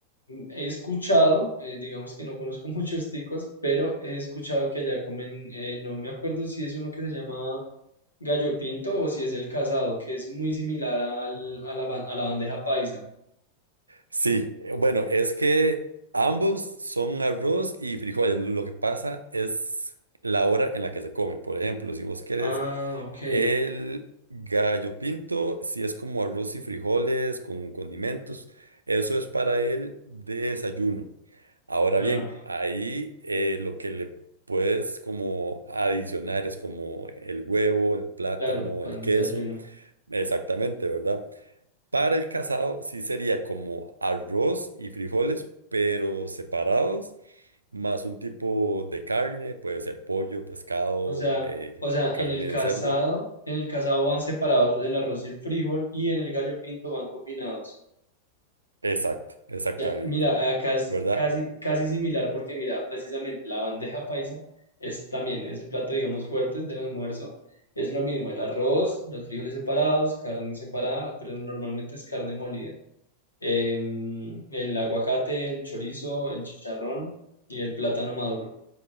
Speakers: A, on the left; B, on the right.
A: mm, he escuchado, eh, digamos que no conozco <laughs> muchos ticos, pero he escuchado que allá comen, eh, no me acuerdo si es uno que se llama gallo pinto o si es el casado, que es muy similar al, a la, ban- a la bandeja paisa.
B: Sí, eh, bueno, es que ambos son arroz y frijoles. Lo lo que pasa es la hora en la que se come. Por ejemplo, si vos querés
A: Ah, ok,
B: el gallo pinto, si es como arroz y frijoles con condimentos, eso es para el desayuno. Ahora
A: ya,
B: bien, ahí eh, lo que le puedes como adicionar es como el huevo, el plátano,
A: claro, para
B: el
A: el
B: queso,
A: desayuno.
B: exactamente, ¿verdad? Para el casado sí sería como arroz y frijoles, pero separados, más un tipo de carne, puede ser pollo, pescado,
A: O sea,
B: eh,
A: o sea,
B: carne
A: en el casado,
B: de cerdo.
A: en el casado van separados el arroz y el frijol y en el gallo pinto van combinados.
B: Exacto, exactamente,
A: Ya, mira, acá es
B: ¿verdad?
A: casi, casi similar porque mira, precisamente la bandeja paisa es también, es el plato, digamos, fuerte del almuerzo. Es lo mismo, el arroz, los frijoles separados, carne separada, pero normalmente es carne molida. Em, el aguacate, el chorizo, el chicharrón y el plátano maduro